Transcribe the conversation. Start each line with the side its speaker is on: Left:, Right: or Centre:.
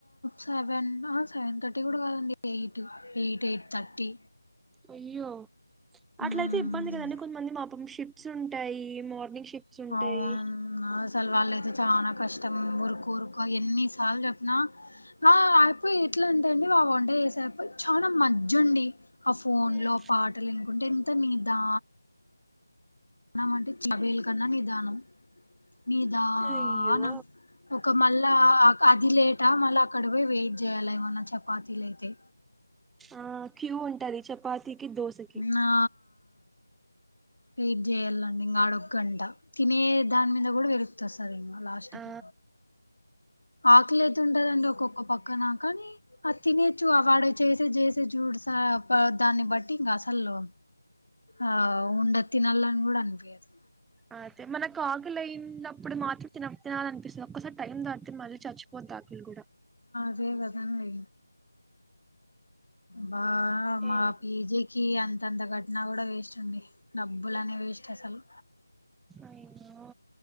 Left: సెవెన్ ఆసెవెన్ థర్టీ కూడా కాదండి ఎయిట్ ఎయిటె ఎయిట్ థర్టీ
Centre: అయ్యో అట్ల
Left: మ్మ్
Centre: అయితే ఇబ్బంది కదండి కొంతమంది మాపం షిఫట్స్ ఉంటాయి మార్నింగ్ షి ప్స్ ఉంటాయి
Left: అవును అసలు వాళ్ళయితే చాలా కష్టం ఉరుకు ఉరుకు ఎన్ని సార్లు చెప్పిన ఆ అయిపోయి ఎట్లాంటే అండి ఆ వంట చేసాపా చానా మజ్జండి ఆ ఫోన్
Centre: ఉమ్.
Left: లో పాటలు వినుకుంటే ఎంత నీదా నం అంటే చబేల్ కన్నా నిదానం నిదానం
Centre: అయ్యో
Left: ఒక మల్ లా అది లేటా మళ్ళా అక్కడ పోయి వెయిట్ చేయ్యాల ఏమన్నా చపాతీలు అయితే
Centre: ఆ క్యూ ఉంటది చపాతికి, దోశకి
Left: నా వెయిట్ చేయాలండి ఆడొ గంట తినే దాని మీద కూడా విరకస్తాది ఇంకా లాస్ట్కి
Centre: ఆ
Left: ఆకలైతుంటాది ఒక పక్కన కానీ అది తినేచ్చు ఆ వాడు చేసే చేస్ జూడ్స ప దాన్ని బ ఇంకా అసలు ఆ ఉండ తినాలని కూడా అనిపించదు
Centre: అదే మనకి ఆకలి అయినప్పుడు మాత్రం తిన తినాలనిపిస్ ఒక్కసారి టైం దాటితే మళ్ళీ చచ్చిపోతా ఆకలి కూడా
Left: అదే కదండి బా మా
Centre: ఏంటో
Left: పీజీకి అంతంత క న కూడా వేస్ట్ అండి డబ్బులని వేస్ట్ అసలు
Centre: అయ్యో